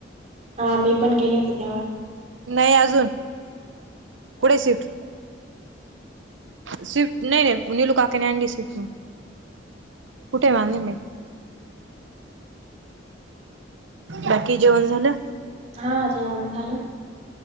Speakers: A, on the right (about 40°); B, on the right (about 75°).
A: हा मी पण गेले होते तेव्हा
B: नाही अजून कुठे शिफ्ट स्विफ्ट नाही नाही नलू काक नाही अडी स्विफ्ट कुठे मालली मी बाकी जेवण झालं
A: हा जेवण झालं